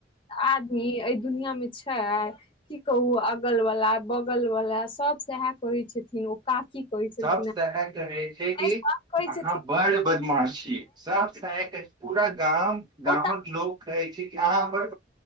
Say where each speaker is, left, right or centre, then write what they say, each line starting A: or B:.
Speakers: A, on the left (about 30°); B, on the right (about 25°).
A: आदमी ए दुनिया मे छै की कहू अगल बला बगल वला सभ सएह कहै छथिन ओ काकी कहै छलखिन
B: सभ सह
A: हे
B: कहै छै कि
A: सब कहै
B: अहाँ
A: छथिन
B: बड बदमाशी सभ सह कहै पूरा गाम गाम
A: ओ
B: कऽ लोकोग कहै छै कि अहाँ हमर